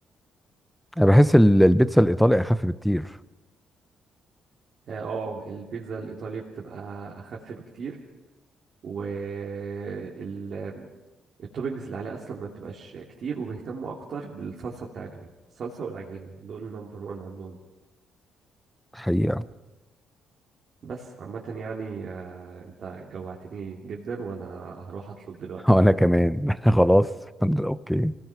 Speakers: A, in the centre; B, on the right.
A: انا بحس ال- البيتزا الايطالي اخف بكتير
B: اه آه، البيتزا الايطالي بتبقى اخف بكتير والتوبنجز اللي عليها اصلا ما بتبقاش كتير وبيهتموا اكتر بالصلصه بتاعتهم الصلصه والعجينه دول نمبر وان عندهم
A: حقيقة
B: بس عامه يعني آه، انت جوعتني جدا وانا هروح اطلب دلوقتي
A: <laughs> وانا
B: يعني
A: كمان <laughs> خلاص <laughs> اوكي